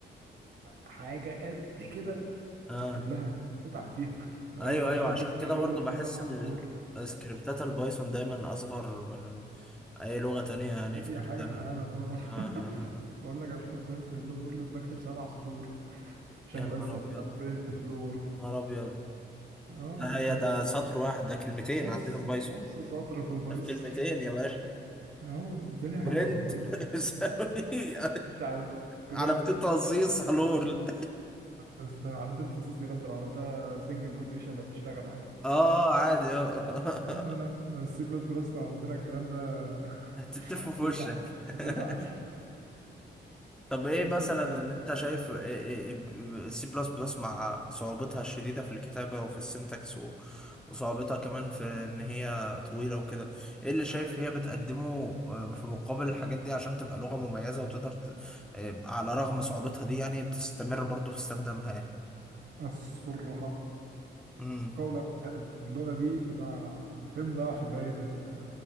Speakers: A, on the right (about 75°); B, in the centre.
A: حاجه قد كده
B: اه
A: تكتب لها تتعب فيها <laughs> يا راجل
B: ايوه
A: ده انا
B: ايوه
A: عشان
B: عشان
A: أيوة. ابرنت
B: كده
A: هلو
B: برضو
A: وورد
B: بحس
A: سبع
B: ان
A: سطور
B: سكريبتات البايثون دايما اصغر من اي لغة تانية يعني في
A: اي
B: الكتابة
A: حاجه في العالم
B: آه
A: اه <laughs>
B: آه آه. آه.
A: بقول لك عشان ابرنت هلو وورد بكتب سبع سطور عشان
B: يا نهار
A: بس ابرنت
B: ابيض
A: هلو وورد
B: يا نهار ابيض
A: اه
B: ده هي
A: في الب-
B: ده سطر واحد ده كلمتين
A: نص
B: عندنا في بايثون
A: نص سطر في البايثون
B: ده في كلمتين يا باشا
A: اه الدنيا
B: برنت
A: حلوه في البايثون
B: <laughs> يساوي
A: مفيش عارف برنت
B: على بتين تهزيص هلور
A: انت است- علامة التنصيص كده انت لو عملتها سنجل كوتيشن هتشتغل عادي
B: <laughs> اه عادي اه
A: لا لا
B: <laughs>
A: لا ده السي بلس بلس لو عملت لك الكلام ده <laughs>
B: هتتفوا في
A: تزعل
B: وشك <laughs>
A: هتزعل
B: طب ايه
A: بس
B: مثلا
A: انت
B: اللي انت شايف السي بلس بلس مع صعوبتها الشديدة في الكتابة وفي السنتكس و- وصعوبتها كمان في ان هي طويلة وكده ايه اللي شايف هي بتقدمه آه، في مقابل الحاجات دي عشان تبقى لغة مميزة وتقدر ت- آه، على رغم صعوبتها دي يعني تستمر برضو في استخدامها يعني
A: السرعة
B: امم
A: قولا واحدا اللغة دي بتاع 2000 ضعف باين ال-